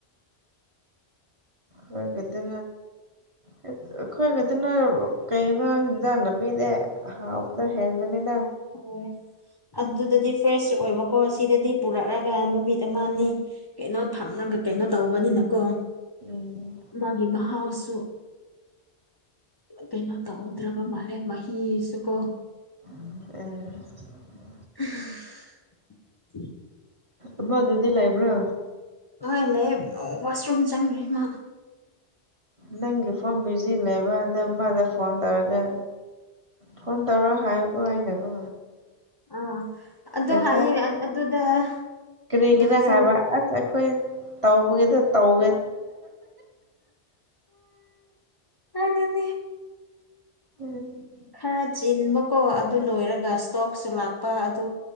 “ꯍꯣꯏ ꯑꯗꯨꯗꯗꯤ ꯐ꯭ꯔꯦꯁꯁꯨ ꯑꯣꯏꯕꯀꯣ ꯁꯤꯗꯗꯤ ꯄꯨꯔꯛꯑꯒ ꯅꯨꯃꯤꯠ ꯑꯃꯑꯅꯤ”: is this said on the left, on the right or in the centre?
Left